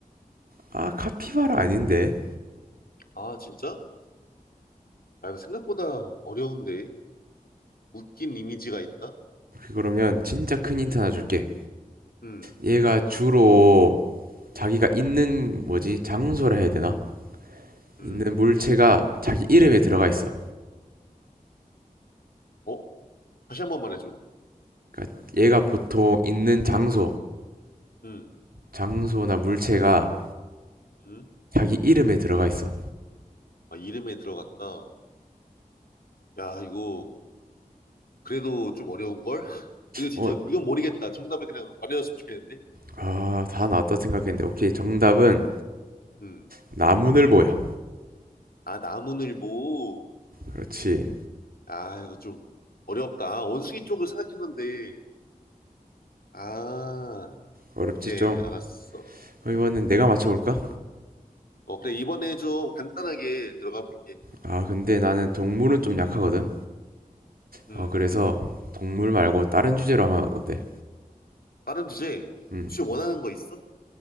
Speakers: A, on the right; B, on the left.
A: 아 카피바라 아닌데
B: 아 진짜? 아 이거 생각보다 어려운데 웃긴 이미지가 있다?
A: 그러면 진짜 큰 힌트 하나 줄게
B: 음,
A: 얘가 주로 자기가 있는 뭐지? 장소라 해야 되나?
B: 음,
A: 있는 물체가 자기 이름에 들어가 있어.
B: 어? 다시 한번 말해줘.
A: 그러니까 얘가 보통 있는 장소,
B: 음,
A: 장소나 물체가
B: 음.
A: 자기 이름에 들어가 있어.
B: 아 이름에 들어갔다. 야 이거 그래도 좀 어려운 걸? <laughs> 이거 진짜
A: 어,
B: 이건 모르겠다. 정답을 그냥 말해줬으면 좋겠는데.
A: 아, 다 나왔다 생각했는데 오케이. 정답은
B: 음.
A: 나무늘보야.
B: 아, 나무늘보.
A: 그렇지.
B: 아, 이거 좀 어렵다. 원숭이 쪽을 생각했는데. 아,
A: 어렵지
B: 오케이.
A: 좀.
B: 알았어.
A: 그럼 이번엔 내가 맞춰볼까?
B: 어, 그래. 이번에 좀 간단하게 들어가 볼게.
A: 아, 근데 나는
B: 음.
A: 동물은 좀 약하거든.
B: 음.
A: 어, 그래서 동물 말고 다른 주제로 하면 어때?
B: 다른 주제.
A: 음,
B: 혹시 원하는 거 있어?